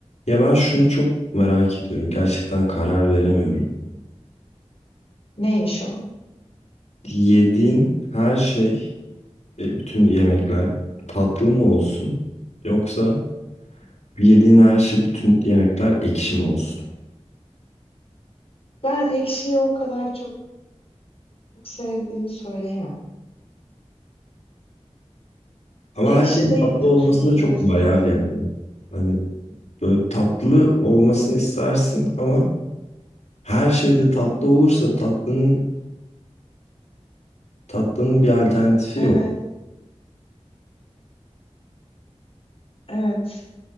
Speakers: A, on the left; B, on the left.
A: Ya ben şunu çok merak ediyorum. Gerçekten karar veremiyorum.
B: Neymiş o?
A: Yediğin her şey, e, bütün yemekler tatlı mı olsun? Yoksa yediğin her şey, bütün yemekler ekşi mi olsun?
B: Ben ekşiyi o kadar çok sevdiğimi söyleyemem.
A: Ama
B: Ekşi
A: her şeyin
B: değil
A: tatlı
B: de
A: olması
B: tuzlu
A: da çok
B: deseydim.
A: bayar yani. Hani böyle tatlı olmasını istersin ama her şeyde tatlı olursa tatlının tatlının bir alternatifi
B: Evet,
A: yok.
B: evet.